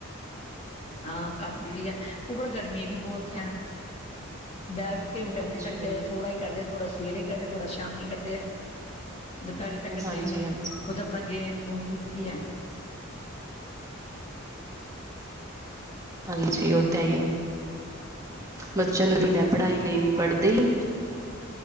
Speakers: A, on the left; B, on the right.
A: ਹਾਂ ਕੰਮ ਵੀ ਹੈ, ਉਪਰ ਗਰਮੀ ਵੀ ਬਹੁਤ ਹੈ। ਬਹਿ ਵੀ ਕੇ ਵੀ ਕਰੀ
B: ਹਾਂਜੀ
A: ਸਕਦੇ ਥੋੜਾ ਹੀ ਕਰਦੇ ਥੋੜਾ ਸਵੇਰੇ ਕਰਦੇ ਥੋੜਾ ਸ਼ਾਮ ਕਰਦੇ ਐ ਦੁਪਹਿਰੀ ਤਾਂ ਕਰਦੇ
B: ਹਾਂਜੀ
A: ਹੀ ਨੀ
B: ਹਾਂਜੀ
A: ਹੈ ਉਹ ਤਾਂ ਆਪਣਾ ਗੇਮ-ਗੂਮ ਵਿੱਚ ਹੀ ਹੈ।
B: ਹਾਂਜੀ, ਉਹ ਤਾਂ ਹੀ ਏ। ਬੱਚਿਆਂ ਨੂੰ ਕਹਿਦਾ ਏ ਪੜ੍ਹਾਈ ਲਈ ਵੀ, ਪੜ੍ਹਦੇ ਈ ਨੀ।